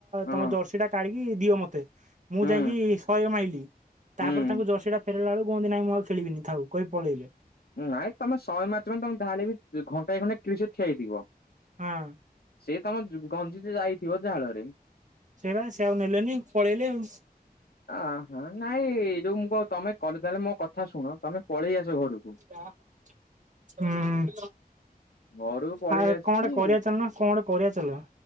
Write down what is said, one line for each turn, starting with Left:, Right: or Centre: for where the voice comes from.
Left: ହଁ
Right: ତମ ଜର୍ସି ଟା କାଢିକି ଦିଅ ମତେ। ମୁଁ
Left: ହୁଁ
Right: ଯାଇଁ କି ଶହେ ମାଇଲି
Left: ହୁଁ
Right: ତାପରେ ତାଙ୍କୁ ଜର୍ସିଟା ଫେରେଇଲା ବେଳକୁ କହୁଛନ୍ତି ନାଇଁ ମୁଁ ଆଉ ଖେଳି ଖେଳିବିନି ଥାଉ କହି ପଳେଇଲେ।
Left: ଉଁ ନାଇଁ ତମେ ଶହେ ମାରିଛ ମାନେ ତମେ ଯାହା ହେଲେବି ଘଣ୍ଟାଏ ଖଣ୍ଡେ ଖେଳିକି ସେଇଠି ଠିଆ ହେଇଥିବ।
Right: ହଁ।
Left: ସେ ତମ ଯୋଉ ଗଞ୍ଜି ତ ଯାଇଥିବ ଝାଳରେ।
Right: ସେଇଆବା ସେ ଆଉ ନେଲେନି ପଳେଇଲେ ଆଉ।
Left: ଆଁ ହା ନାଇଁ ଏଇ ଯୋଉ ମୁଁ କ ତମେ କଲେ ତାହେଲେ ମୋ କଥା ଶୁଣ ତମେ ପଳେଇ ଆସ ଘରକୁ।
Right: ହୁଁ।
Left: ଘରୁକୁ ପଳେଇ
Right: ଆଉ
Left: ଆସିକି
Right: କଣ ଗୋଟେ କରିବା ଚାଲୁନ କଣ ଗୋଟେ କରିବା ଚାଲ